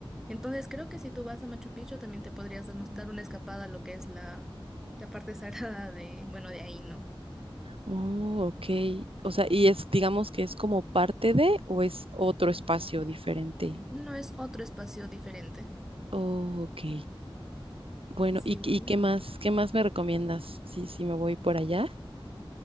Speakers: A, in the centre; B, on the right.
A: Entonces creo que si tú vas a Machu Picchu también te podrías darnos- dar una escapada a lo que es la, la parte <laughs> sagrada de, bueno, de ahí, ¿no?
B: Oh, ok. O sea, y es, digamos que es como parte de o es otro espacio diferente.
A: No es otro espacio diferente.
B: Oh, ok. Bueno,
A: Sí,
B: ¿y,
A: bueno.
B: y qué más, qué más me recomiendas? Sí, sí, me voy por allá.